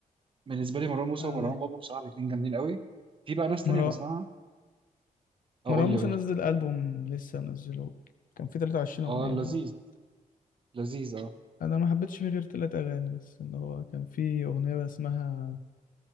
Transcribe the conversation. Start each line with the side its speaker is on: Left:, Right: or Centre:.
Right: بالنسبة لي مروان موسى
Left: آه.
Right: ومروان بابلو بصراحة الاتنين جامدين قوي في بقى ناس تانية
Left: مروان
Right: بسمعها اه
Left: مروان
Right: قول
Left: موسى
Right: لي قول
Left: نزل
Right: لي
Left: ألبوم لسه منزله كان فيه 23
Right: اه
Left: أغنية
Right: لذيذ
Left: باين
Right: لذيذ اه
Left: أنا ما حبيتش فيه غير تلات أغاني بس اللي هو كان فيه أغنية اسمها